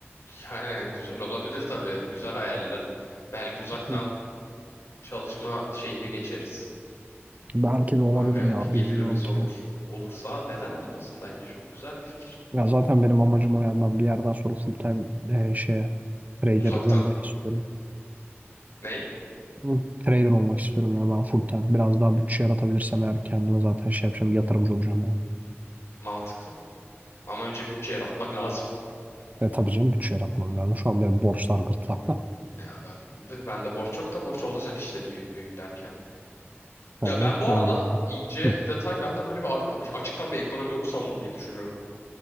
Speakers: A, on the left; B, on the right.
A: Yani güzel olabilir tabii. Güzel hayaller. Belki uzaktan
B: Hı hı.
A: çalışma şeyine geçeriz.
B: Belki de olabilir
A: Öyle
B: ya
A: bir gelirimiz
B: bilmiyorum ki.
A: olur. Olursa neden olmasın? Bence çok güzel bir fikir.
B: Ya zaten benim amacım o ya ben bir yerden sonra full time e, şeye trader
A: Uzaktan.
B: olmayı istiyorum.
A: Ney?
B: Bu Trader olmak istiyorum ya ben full time. Biraz daha bütçe yaratabilirsem eğer kendime zaten şey yapacağım yatırımcı olacağım ben.
A: Mantıklı. Ama önce bütçe yaratman <laughs> lazım.
B: Ve tabii canım bütçe yaratmam lazım. Şu an benim borçlar gırtlakta.
A: Ya ben ben de borç çok da borç olacak işte düğün müğün derken.
B: Yani
A: Ya ben bu
B: öyle
A: arada
B: oldu.
A: ince
B: Hı.
A: detay ben de böyle bir ara- açıktan bir ekonomi okusam mı diye düşünüyorum.